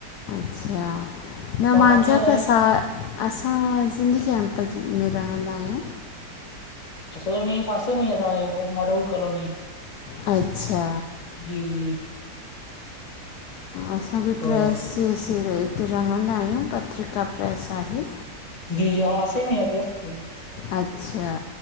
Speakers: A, on the left; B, on the left.
A: अच्छा
B: तव्हां
A: न मांझा
B: काथे रहंदा आहियो
A: त सा असां सिंधी कैंप में रहंदा आयूं।
B: असां ए पासे में आहे तांओ माडवी कॉलोनी।
A: अच्छा,
B: जी जी
A: असां बि
B: हा
A: प्रेस स रए ते रहंदा आयूं पत्रिका प्रेस आहे।
B: जी जी <unintelligible>
A: अच्छा,